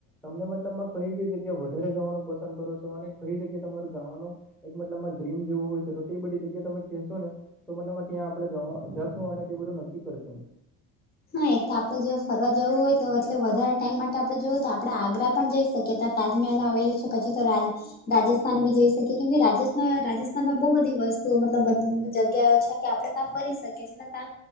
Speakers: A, in the centre; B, on the left.
A: તમને મતલબમાં કઈ કઈ જગ્યા વધારે જવાનું પસંદ કરો છો અને કઈ જગ્યા તમારું જાવાનું એક મતલબ માં ડ્રીમ જેવું હોય છે તો તે બધી જગ્યા તમે કહેશો ને તો મતલબ માં ત્યાં આપણે જશું અને તે બધું નક્કી કરશું.
B: હા એક તો આપણેે જો ફરવા જવું હોય તો એટલે વધારે ટાઈમ માટે આપણે જોવું તો આપણે આગ્રા પણ જઈશ- શક્યતા તાજમહેલ આવેલુ છે પછી તો રાજ રાજસ્થાન બી જઈ શકે ની રાજેસ માં રાજસ્થાનમાં બો બધી વસ્તુઓ મતલબ બધી જગ્યા છે કે આપડે તા ફરી શકે છે ને તા